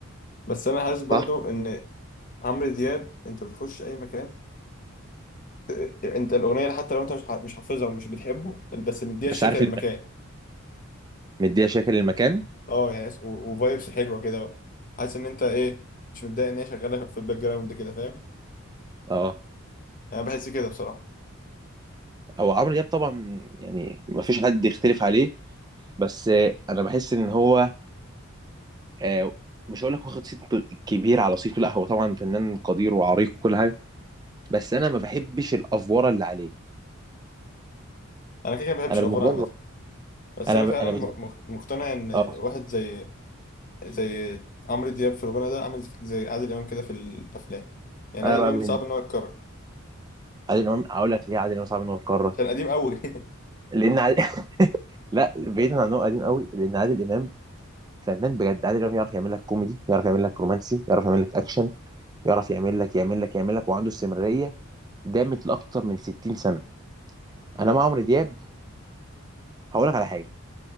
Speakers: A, on the left (about 40°); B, on the right (about 20°).
A: بس انا حاسس برضو
B: صح
A: ان عمرو دياب انت بتخش اي مكان ت- انت الاغنيه حتى لو انت مش ح- مش حافظها ومش بتحبه بس مديها الشكل
B: بس عارف
A: للمكان
B: اللي مديها شكل المكان
A: اه يعني و- وفايبس حلوه كده بقى حاسس ان انت ايه مش متضايق ان هي شغاله في الباك جراوند كده فاهم
B: اه
A: يعني انا بحس كده بصراحه
B: هو عمرو دياب طبعا يعني ما فيش حد يختلف عليه بس انا بحس ان هو آه، مش هقول لك واخد صيت كبير على صيته لا هو طبعا فنان قدير وعريق وكل حاجه بس انا ما بحبش الافوره اللي عليه
A: انا كده كده ما بحبش
B: انا
A: الافوار
B: بالنسبه
A: عامه
B: لي
A: بس
B: انا
A: انا فعلا
B: انا بالنسبه
A: م- م- مقتنع ان
B: اه
A: واحد زي زي عمرو دياب في الغنى ده عامل زي عادل امام كده في الافلام يعني
B: انا
A: عادل
B: بقى
A: امام
B: من
A: صعب ان هو يتكرر
B: عادل امام هقول لك ليه عادل امام صعب ان هو يتكرر
A: عشان قديم قوي <laughs>
B: لان عادل... <laughs> لا بعيدا عن انه قديم قوي لان عادل امام فنان بجد عادل امام يعرف يعمل لك كوميدي يعرف يعمل لك رومانسي يعرف يعمل لك اكشن يعرف يعمل لك يعمل لك يعمل لك وعنده استمراريه دامت لاكتر من 60 سنه انا مع عمرو دياب هقول لك على حاجه